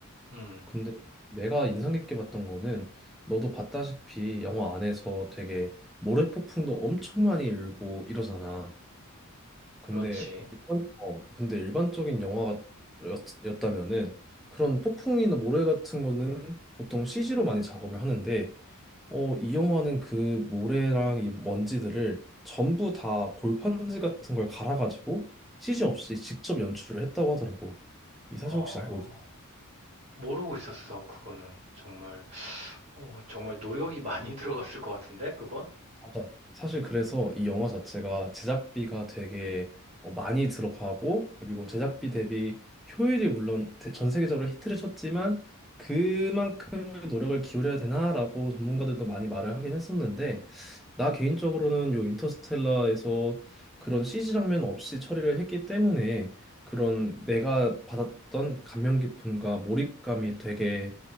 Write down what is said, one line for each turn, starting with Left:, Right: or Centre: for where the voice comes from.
Right: 음,
Centre: 근데 내가 인상 깊게 봤던 거는 너도 봤다시피 영화 안에서 되게 모래폭풍도 엄청 많이 일고 이러잖아. 근데
Right: 그렇지.
Centre: 일반- 어 근데 일반적인 영화였다면은 그런 폭풍이나 모래 같은 거는 보통 CG로 많이 작업을 하는데 어 이 영화는 그 모래랑 이 먼지들을 전부 다 골판지 같은 걸 갈아가지고 CG 없이 직접 연출을 했다고 하더라고. 이
Right: 어,
Centre: 사실 혹시 알고 있어?
Right: 모르고 있었어. 그거는 정말 어, 정말 노력이 많이 <laughs> 들어갔을 것 같은데 그건?
Centre: 맞아. 사실 그래서 이 영화 자체가 제작비가 되게 어, 많이 들어가고 그리고 제작비 대비 효율이 물론 대- 전 세계적으로 히트를 쳤지만 그만큼의 노력을 기울여야 되나라고 전문가들도 많이 말을 하긴 했었는데 나 개인적으로는 요 인터스텔라에서 그런 CG 장면 없이 처리를 했기 때문에 그런 내가 받았던 감명 깊음과 몰입감이 되게